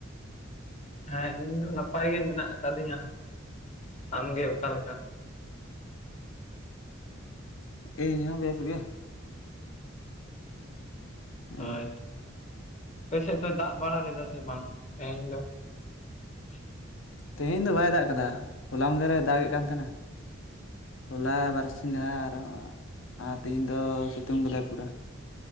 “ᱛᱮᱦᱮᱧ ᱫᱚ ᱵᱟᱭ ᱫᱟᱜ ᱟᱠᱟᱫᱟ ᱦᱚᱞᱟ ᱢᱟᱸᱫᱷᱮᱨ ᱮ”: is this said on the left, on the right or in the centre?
Left